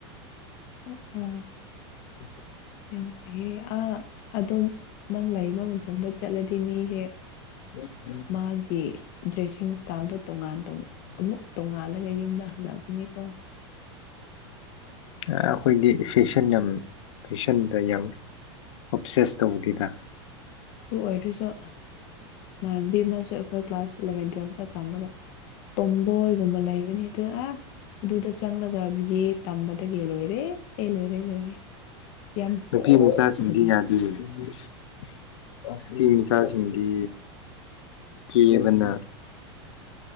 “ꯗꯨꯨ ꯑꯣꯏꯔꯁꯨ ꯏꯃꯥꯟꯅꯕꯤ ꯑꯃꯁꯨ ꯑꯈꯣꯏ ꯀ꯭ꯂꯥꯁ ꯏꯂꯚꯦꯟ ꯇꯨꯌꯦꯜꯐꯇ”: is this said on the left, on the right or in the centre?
Left